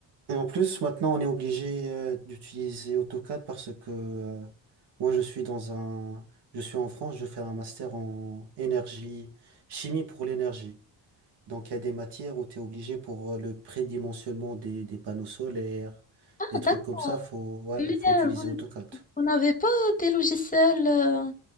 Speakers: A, on the right; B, on the left.
A: Et en plus, maintenant, on est obligé euh, d'utiliser AutoCAD parce que euh, moi, je suis dans un, je suis en France, je fais un master en énergie, chimie pour l'énergie. Donc, il y a des matières où tu es obligé pour euh, le prédimensionnement des, des panneaux solaires,
B: Ah,
A: des
B: d'accord.
A: trucs comme ça, faut, ouais,
B: Mais
A: faut
B: euh,
A: utiliser
B: vous, n-
A: AutoCAD.
B: vous n'avez pas des logiciels, euh,